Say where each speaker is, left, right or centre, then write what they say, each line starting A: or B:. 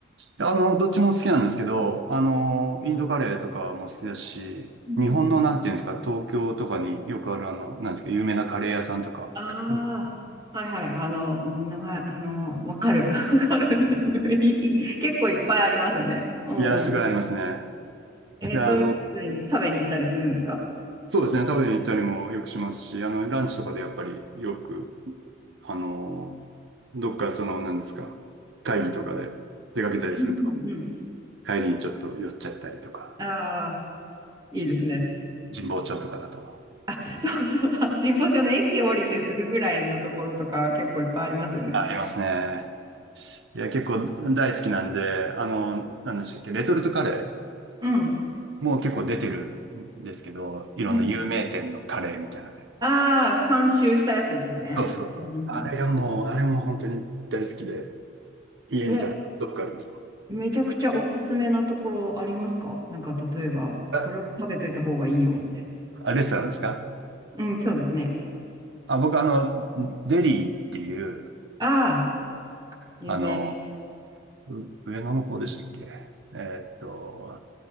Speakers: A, on the right; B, on the right.
A: あの、どっちも好きなんですけど、あの、インドカレーとかも好きだし、
B: うんうん。
A: 日本のなんていうんですか、東京とかによくあるあの、なんですか、有名なカレー屋さんとか。
B: ああ、
A: うん
B: はいはい。あの、名前、あの、わかる。<laughs> わかる。いい結構いっぱいありますよね。うんうん。
A: いや、すごいありますね。
B: えーそういうところに食べに行ったりするんですか
A: で、あの、そうですね、食べに行ったりもよくしますし、あの、ランチとかでやっぱりよく、あの、どっかその、なんですか、会議とかで出かけたりすると。
B: うんうんうん。
A: 帰りにちょっと酔っちゃったりとか、
B: ああ、いいですね。
A: 神保町とかだと。
B: あ、そうそう、あ神保町の駅降りてすぐぐらいのところとか結構いっぱいありますよね。
A: ありますね。いや、結構大好きなんで、あの、何でしたっけ、レトルトカレ
B: うん。
A: ーもう結構出てるんですけど、いろんな有名店のカレーみたいなので。
B: うん。ああ、監修したやつですね。
A: そうそうそう。
B: うんうんうん
A: あれがもう、あれも本当に大好きで、家にたくさんストックあります。
B: え、めちゃくちゃおすすめなところありますかなんか例えば、
A: あ、
B: これを食べといた方がいいよ、みたい
A: あレストランですか
B: な。うん、そうですね。
A: あ、僕あの、デリーっていう、
B: ああ、有名。
A: あの、う上野の方でしたっけえーっと、